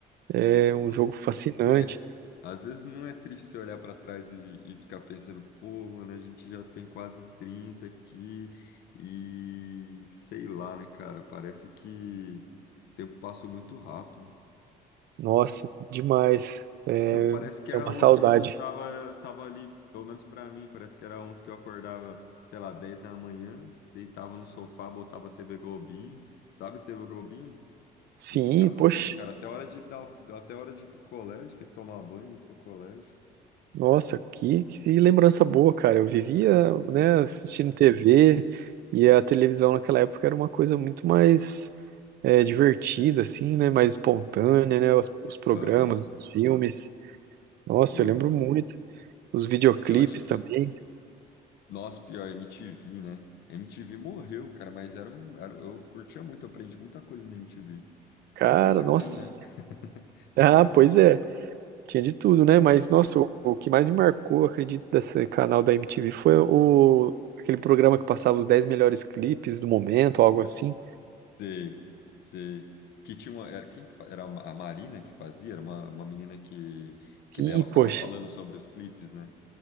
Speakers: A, on the right; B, on the left.
A: é
B: Demais.
A: um jogo fascinante.
B: Pô, é- às vezes não é triste você olhar para trás e, e ficar pensando, pô, mano, a gente já tem quase 30 aqui e sei lá, né, cara? Parece que o tempo passou muito rápido.
A: Nossa, demais. É,
B: Tipo, parece que era
A: é uma
B: ontem
A: saudade.
B: que a gente tava, tava ali, pelo menos para mim, parece que era ontem que eu acordava, sei lá, 10 da manhã, deitava no sofá, botava TV Globinho, sabe, TV Globinho?
A: Sim,
B: E ficava
A: poxa.
B: ali, cara, até a hora de dar, até a hora de ir pro colégio, ter que tomar banho e ir pro colégio.
A: Nossa, que, que lembrança boa, cara. Eu vivia, né, assistindo TV e a televisão naquela época era uma coisa muito mais é, divertida, assim, né, mais espontânea, né, os, os programas,
B: Aham,
A: os filmes. Nossa,
B: foi,
A: eu lembro
B: mano.
A: muito. Os videoclipes
B: Eu acho que.
A: também.
B: Nossa, pior, MTV, né? MTV morreu, cara, mas era um. Era, eu curtia muito, aprendi muita coisa na MTV.
A: Cara,
B: Boa e
A: nossa.
B: ruim, né? <laughs>
A: Ah,
B: Boa
A: pois
B: e.
A: é. Tinha de tudo, né? Mas, nossa, o, o que mais me marcou, acredito, desse canal da MTV foi o, aquele programa que passava os 10 melhores clipes do momento, algo assim.
B: Sei, sei. Que tinha uma. Era, quem que fa- era a Marina que fazia? Era uma, uma menina que. Que
A: E,
B: dela ficava
A: poxa.
B: falando sobre os clipes, né?